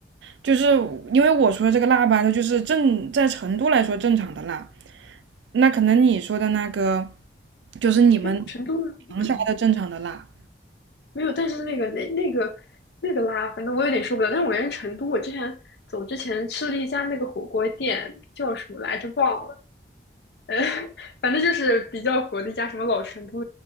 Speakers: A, on the right; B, on the left.
A: 就是因为我说的这个辣吧，它就是正在成都来说正常的辣，那可能你说的那个就是你们
B: 哎，成都嗯
A: 长沙的正常的辣。
B: 没有，但是那个那那个那个辣，反正我有点受不了。但是我人成都，我之前走之前吃了一家那个火锅店，叫什么来着忘了，呃，<laughs> 反正就是比较火的一家什么老成都，